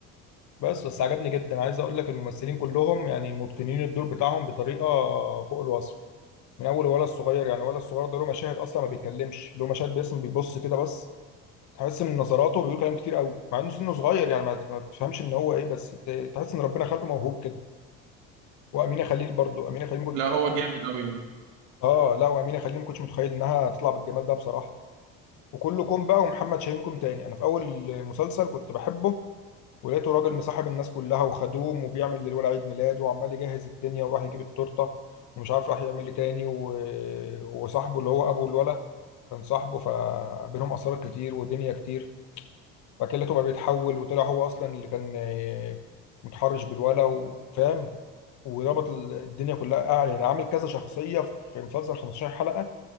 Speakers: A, on the left; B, on the right.
A: بس بس عجبني جدا عايز اقول لك الممثلين كلهم يعني متقنين الدور بتاعهم بطريقه فوق الوصف من اول ولا الصغير يعني ولا الصغير ده له مشاهد اصلا ما بيتكلمش له مشاهد باسم بيبص كده بس تحس من نظراته بيقول كلام كتير قوي مع انه سنه صغير يعني ما ما تفهمش ان هو ايه بس ت- تحس ان ربنا خلقه موهوب كده وامينه خليل برضو امينه خليل ما كنتش
B: لا
A: متخيل
B: هو جامد أوي
A: اه لا وامينه خليل ما كنتش متخيل انها تطلع بالجمال ده بصراحه وكلكم بقى ومحمد شاهين كوم تاني انا في اول مسلسل كنت بحبه ولقيته راجل مصاحب الناس كلها وخدوم وبيعمل للولد عيد ميلاد وعمال يجهز الدنيا وراح يجيب التورته ومش عارف راح يعمل ايه تاني و... وصاحبه اللي هو ابو الولد كان صاحبه فبينهم اسرار كتير ودنيا كتير فاكلته بقى بيتحول وطلع هو اصلا اللي كان آه، متحرش بالولا وفاهم وربط ال- الدنيا كلها آه، يعني عامل كذا شخصيه في مسلسل 15 حلقه